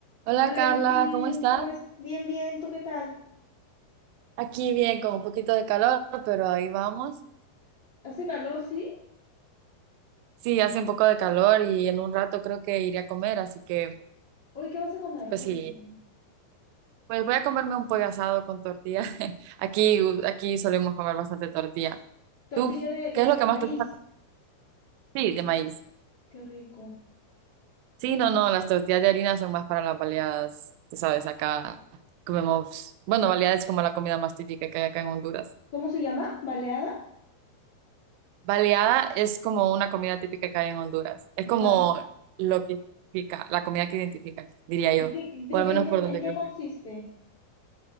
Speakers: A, on the right; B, on the left.
A: Hola
B: Hola,
A: Carla,
B: Leslie,
A: ¿cómo estás?
B: ¿cómo es? Bien, bien, ¿tú qué tal?
A: Aquí bien, con un poquito de calor, pero ahí vamos.
B: ¿Hace calor, sí?
A: Sí, hace un poco de calor y en un rato creo que iré a comer, así que
B: Hoy, ¿qué vas a comer?
A: pues
B: Cuéntame.
A: sí, pues voy a comerme un pollo asado con tortilla. <laughs> Aquí, aquí solemos comer bastante tortilla.
B: Tortilla
A: ¿Tú
B: de, de
A: qué es lo que más
B: maíz.
A: te gusta? Sí, de maíz.
B: Qué rico.
A: Sí, no, no, las tortillas de harina son más para las baleadas, tú sabes, acá comemos, bueno, baleadas es como la comida más típica que hay acá en Honduras.
B: ¿Cómo se llama? ¿Baleada?
A: Baleada es como una comida típica que hay en Honduras. Es
B: Ya.
A: como lo que identifica, la comida que identifica, diría
B: ¿Y
A: yo,
B: qué, de
A: o al
B: qué,
A: menos
B: en qué,
A: por donde
B: en qué
A: creo.
B: consiste?
A: que-